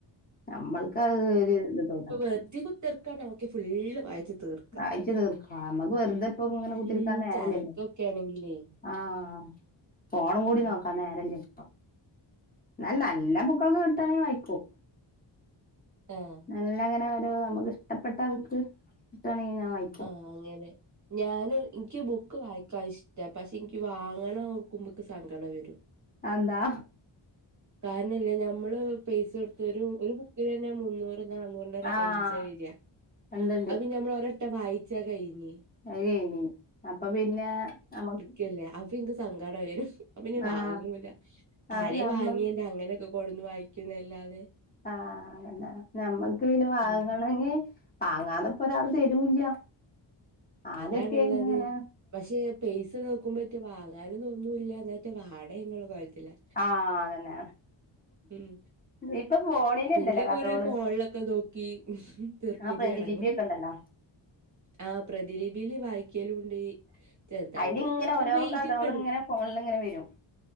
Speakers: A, on the left; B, on the right.
A: ഞമ്മൾക്കത് ഒരു ഇത് തോന്നണില്ല.
B: <unintelligible> തീർക്കാൻ നോക്കി ഫുള്ള് വായിച്ച് തീർ
A: വായിച്ച് തീർക്കണം നമ്മക്ക് വെറുതെപ്പങ്ങനെ കുത്തിരിക്കാൻ
B: ഉം
A: നേരല്ലല്ലോ
B: ചടക്കൊക്കെ ആണെങ്കിലേ
A: ആഹ് ഫോണും കൂടി
B: ഉം
A: നോക്കാൻ നേരല്യപ്പൊ എന്നാ നല്ല ബു ബുക്കൊക്കെ കിട്ടാണീ വായിക്കും.
B: ഏഹ്.
A: നല്ലങ്ങനെ ഒരു നമുക്ക് ഇഷ്ടപ്പെട്ട ബുക്ക്‌. കിട്ടാണെകി ഞാൻ വായി
B: ആഹ് അങ്ങനെ ഞാന് ഇനിക്ക് ബു ഇക്ക് വായിക്കാ ഇഷ്ടാ പക്ഷെ ഇന്ക്കി വാങ്ങണോർക്കുമ്പക്ക് സങ്കടം വെരും.
A: ആന്താ?
B: കാരണല്യേ ഞാൻ. നമ്മള് പൈസ കൊടുത്ത് ഒരു ബുക്കിലന്നെ മുന്നൂറ് നന്നൂറിന്റെ ഒര്
A: ആഹ്
B: റേഞ്ചാവര.
A: ഉണ്ട്ണ്ട്
B: അത്പിന്നെ ഞമ്മൾ ഒരൊട്ടം വായിച്ചാ കഴിഞ്ഞ്.
A: അത് കഴിഞ്ഞി അപ്പൊ പിന്നെ നമ്മക്
B: ക്ക്‌ല്ലേ അപ്പൊ ഇൻക്ക് സങ്കടംവരും അപ്പോ പിന്നെ
A: ആഹ്
B: വാങ്ങൂല
A: അത്
B: ആരെ
A: നമ്മൾ
B: വാങ്ങിന്റ അങ്ങനൊക്കെ കൊണ്ടുന്നു വാഴ്ക്കുന്നല്ലാതെ
A: ആഹ് അതെന്നെ ഞമ്മക്ക് പിന്നെ വാങ്ങണെങ്കി
B: ഉം
A: വാങ്ങാതെ ഇപ്പൊരാൾ തരുല്ല ആദ്യാമോക്കേന്നു
B: അതാണുള്ളത്
A: ഇങ്ങനെ
B: പക്ഷെ പൈസ നോക്കുമ്പോറ്റെ വാങ്ങാനു തോന്നൂല്ല ന്നാറ്റെ വാണേന്നുള്ള കോൽത്തിലാ.
A: ആഹ് അതന്നെ
B: ഉം
A: ഇപ്പൊ ഫോണിലുണ്ടല്ലോ
B: പിന്നെ
A: കഥകള്
B: കൊറെ ഫോൺലൊക്കെ നോക്കി ഹ്മ് തിർപ്പ്തി
A: ആ പ്രതിലിപിയൊക്കെ
B: അടങ്ങും
A: ഉണ്ടല്ലോ
B: ആഹ് പ്രതിലിബീൽ വായി. ക്കലുംണ്ട് ചെറുതായിട്ട്
A: അതില്
B: കുത്തർക്കുമ്പോ
A: ഇങ്ങനെ ഓരോ
B: എഴുതിയൊക്കെടും.
A: കഥകള് ഇങ്ങനെ ഫോണിൽ ഇങ്ങനെ വരും